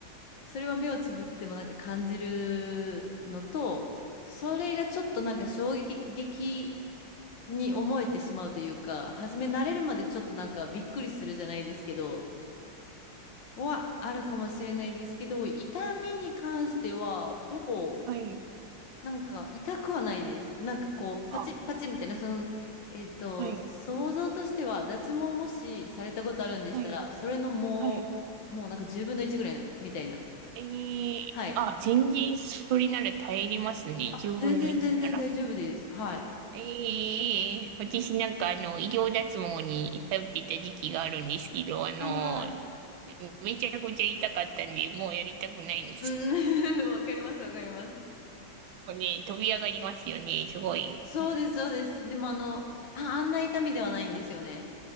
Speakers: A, on the left; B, on the right.
A: それは目をつぶってもなんか感じるのと、それがちょっとなんか衝撃的に思えてしまうというか、初め慣れるまでちょっとなんかびっくりするじゃないですけど、はあるかもしれないですけど、痛みに関してはほぼ
B: はい。
A: なんか痛くはないです。なんかこうパチッパチッみたいな、
B: あ、
A: その、えっと、
B: はい。
A: 想像としては脱毛をもしされたことあるんでしたら、
B: はい。
A: それのもう、
B: はい。
A: もうなんか10分の1ぐらいな、みたいな。
B: えー、
A: はい。
B: あ、全然それなら耐えれますね。
A: あ、
B: 10分の1なら。
A: 全然全然大丈夫です。はい。
B: ええ私なんかあの、医療脱毛に通っていた時期があるんですけど、あの、
A: はいはい。
B: めちゃくちゃ痛かったんで、もうやりたくないんです。
A: うん、<laughs> わかりますわかります。
B: もうね、飛び上がりますよね、すごい。
A: そうです、そうです。でもあの、あ、あんな痛みではないんですよね。